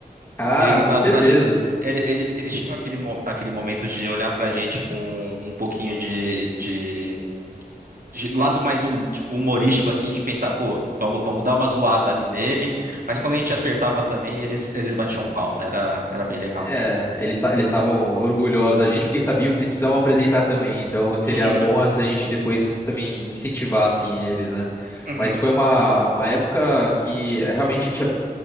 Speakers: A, on the left (about 15°); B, on the right (about 65°).
A: ah,
B: Meio que pra,
A: com certeza.
B: pra gente. Eles, eles tinham aquele, mo- aquele momento de olhar pra gente com um pouquinho de, de, de lado mais hum- de- humorístico, assim, de pensar, pô, vamos, vamos dar uma zoada ali nele. Mas quando a gente acertava também, eles, eles batiam palma. Era, era bem legal.
A: É, eles ta- eles estavam orgulhosos da gente porque sabiam que eles precisavam apresentar também. Então seria
B: Uhum,
A: bom se a gente depois também incentivasse eles, né?
B: uhum,
A: Mas foi uma, uma época que realmente a gente